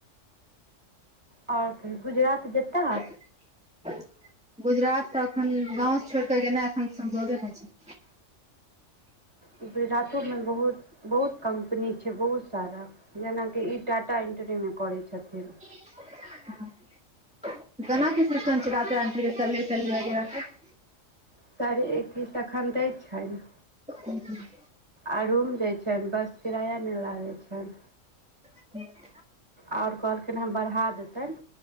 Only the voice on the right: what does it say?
और कहियो गुजरात जेता
गुजरातो में बहुत बहुत कम्पनी छै बहुत सारा जेनाकि ई टाटा <unintelligible> करै छथिन
सारे एक्कीस एखन दै छै न
आ रूम दय छैन बस किराया नै लागे छैन
और कहलखिन हं बढ़ा देतैन